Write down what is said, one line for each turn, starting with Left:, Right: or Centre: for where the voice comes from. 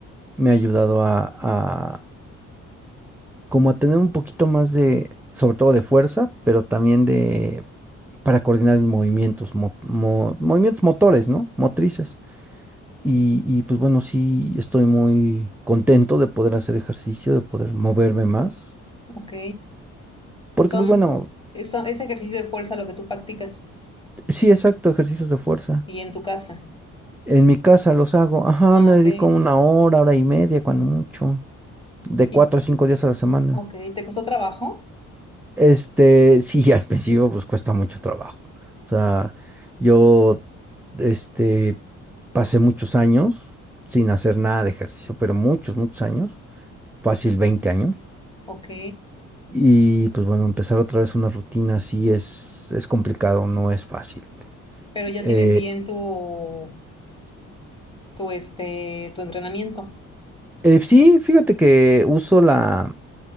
Centre: me ha ayudado a, a como a tener un poquito más de, sobre todo de fuerza, pero también de, para coordinar mis movimientos, mo- mo- movimientos motores, ¿no? Motrices. Y, y pues bueno, sí estoy muy contento de poder hacer ejercicio, de poder moverme más.
Left: ok.
Centre: Porque
Left: Son,
Centre: pues bueno,
Left: eso- es ejercicio de fuerza lo que tú practicas
Centre: sí, exacto, ejercicios de fuerza.
Left: y en tu casa.
Centre: En mi casa los hago, ajá,
Left: Ah,
Centre: me
Left: ok.
Centre: dedico una hora, hora y media, cuando mucho. de
Left: Y,
Centre: cuatro a cinco días a la semana.
Left: ok, ¿te costó trabajo?
Centre: Este, sí, <laughs> al principio pues cuesta mucho trabajo. O sea, yo, este, pasé muchos años sin hacer nada de ejercicio, pero muchos, muchos años, fácil 20 años.
Left: Ok,
Centre: Y pues bueno, empezar otra vez una rutina así es, es complicado, no es fácil.
Left: pero ya
Centre: Eh,
Left: tienes bien tu, tu, este, tu entrenamiento.
Centre: eh, sí, fíjate que uso la,